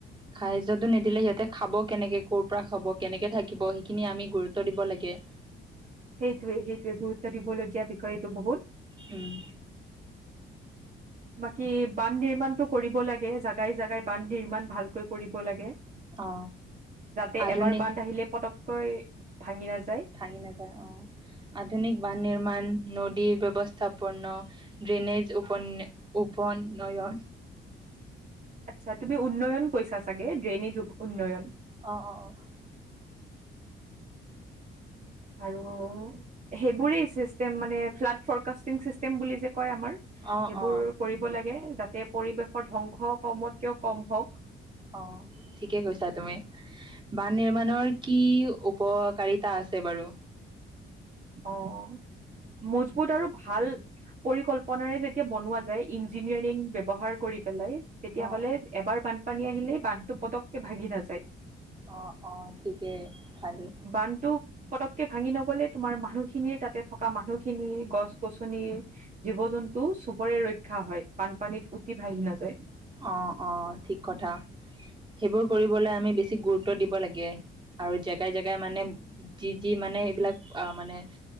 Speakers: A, on the right; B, on the right.
A: সাহায্যটো নিদিলে সিহঁতে খাব কেনেকে, ক'ৰ পৰা খাব, কেনেকে থাকিব, সেইখিনি আমি গুৰুত্ব দিব লাগে।
B: সেইটোৱে, সেইটোৱে। গুৰুত্ব দিবলগীয়া বিষয় এইটো বহুত।
A: উম।
B: বাকি বান নিৰ্মণটো কৰিব লাগে। জাগাই জাগাই বান নিৰ্মাণ ভালকৈ কৰিব লাগে।
A: অ
B: যাতে
A: আধুনিক
B: এবাৰ বান আহিলে পটককৈ ভাঙি নাযায়।
A: ভাঙি নাযায় অ'। আধুনিক বান নিৰ্মাণ নদীৰ ব্যৱস্থা পৰ্ণ - ড্ৰেনেজ উপন, উপন নয়ন।
B: আচ্ছা তুমি উন্নয়ন কৈছা চাগে, ড্ৰেইনেজ উন্নয়ন।
A: অ' অ' অ'।
B: আৰু সেইবোৰেই চিষ্টেম মানে। 'ফ্লাড ফৰকাষ্টিং চিষ্টেম', বুলি যে কয় আমাৰ। সেইবোৰ
A: অ অ অ
B: কৰিব লাগে, যাতে পৰিৱেশৰ ধ্বংস কমতকেও কম হওক।
A: অ', ঠিকে কৈছা তুমি। বানে মানুহৰ কি উপকাৰিতা আছে বাৰু?
B: অহ, মজবুত আৰু ভাল- পৰিকল্পনাৰে যেতিয়া বনোৱা যায়, ইঞ্জিনিয়াৰিং ব্যৱহাৰ কৰি পেলাই- তেতিয়াহ'লে
A: অ
B: এবাৰ বানপানী আহিলে বানটো পটককে ভাগি নাযায়।
A: অ অ ঠিকেই ভালে
B: বানটো পটকে ভাঙি নগলে তোমাৰ মানুহখিনিৰ তাতে থকা মানুহখিনি গছ-গছনি জীৱ জন্তু চবৰে ৰক্ষা হয় বানপানীত উটি ভাহি নাযায়
A: অ অ ঠিক কথা সেইবোৰ কৰিবলৈ আমি বেছি গুৰুত্ব দিব লাগে আৰু জেগাই জেগাই মানে যি যি মানে এইবিলাক আহ মানে